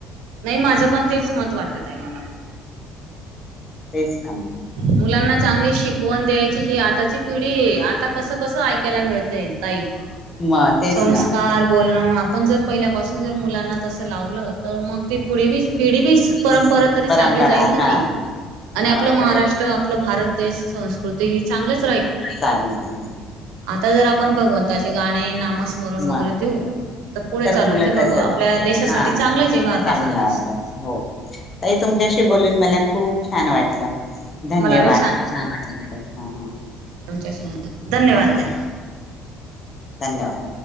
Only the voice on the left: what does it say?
तेच ना म.
म म तेच
ना
मिक्स
परंपरा
हा
हा
बरोबर.
चांग आहे. हं.
मग
मुलं
तसच
आहे
हा
चांगलं
वाटत हो. ताई तुमच्याशी बोलून मला खूप छान वाटलं. धन्यवाद.
हम हा.
हा
धन्यवाद.